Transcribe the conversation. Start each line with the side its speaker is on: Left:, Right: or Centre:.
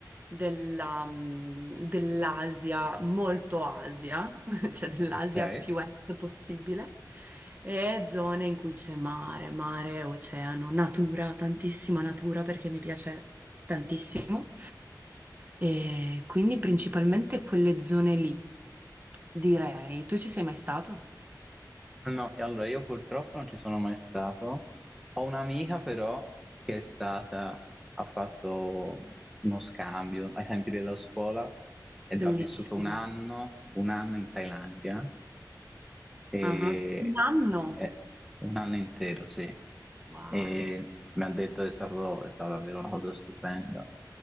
Right: della, mm, dell'Asia, molto Asia. <laughs> cioè dell'Asia
Centre: Ok.
Right: più est possibile, e zone in cui c'è mare, mare, oceano, natura, tantissima natura perché mi piace tantissimo. E quindi principalmente quelle zone lì, direi. Tu ci sei mai stato?
Centre: No, e allora io purtroppo non ci sono mai stato. Ho un'amica però che è stata, ha fatto uno scambio ai tempi della scuola ed
Right: Bellissimo.
Centre: ha vissuto un anno, un anno in Thailandia E,
Right: Ah, Un anno?
Centre: eh, un anno intero, sì.
Right: Wow,
Centre: E mi ha detto che è stato, è stata davvero una cosa stupenda.